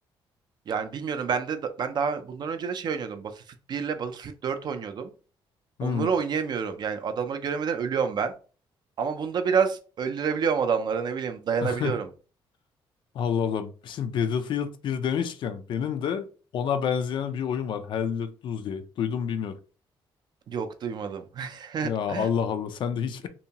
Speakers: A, on the right (about 50°); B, on the left (about 55°).
A: Yani bilmiyorum ben de ben daha bundan önce de şey oynuyordum. Battlefield 1 ile Battlefield 4 oynuyordum. Onları
B: Hı.
A: oynayamıyorum. Yani adamları göremeden ölüyorum ben. Ama bunda biraz öldürebiliyorum adamları ne bileyim dayanabiliyorum.
B: <laughs> Allah Allah. Şimdi Battlefield bir demişken benim de ona benzeyen bir oyun var. Hell Let Loose diye. Duydum bilmiyorum.
A: Yok duymadım. <laughs>
B: Ya Allah Allah sen de hiç